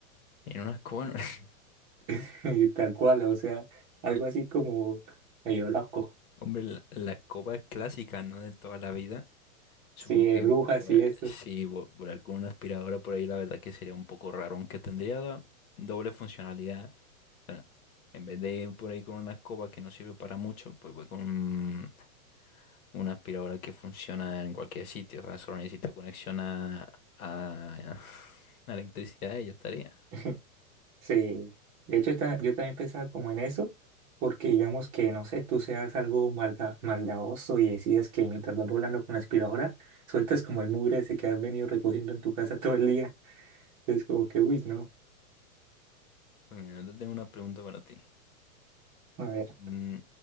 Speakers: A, on the left; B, on the right.
A: En una escoba, <laughs>
B: <laughs> Y tal cual, o sea, algo así como medio loco,
A: hombre, la, la escoba es clásica, ¿no? De toda la vida. Supongo
B: sí, de
A: que
B: brujas
A: volar-
B: y eso.
A: sí, vo- volar con una aspiradora por ahí, la verdad que sería un poco raro, aunque tendría da- doble funcionalidad. O sea, en vez de ir por ahí con una escoba que no sirve para mucho, pues voy con un- una aspiradora que funciona en cualquier sitio. O sea, solo necesito conexión a, a, <laughs> a electricidad y ya estaría.
B: <laughs> Sí, de hecho ta- yo también pensaba como en eso, porque digamos que, no sé, tú seas algo malda- maldadoso y decides que mientras vas volando con la aspiradora, sueltas como el mugre ese que has venido recogiendo en tu casa todo el día. Entonces como que, uy, no.
A: Pues mira, yo tengo una pregunta para ti.
B: A ver,
A: Mm,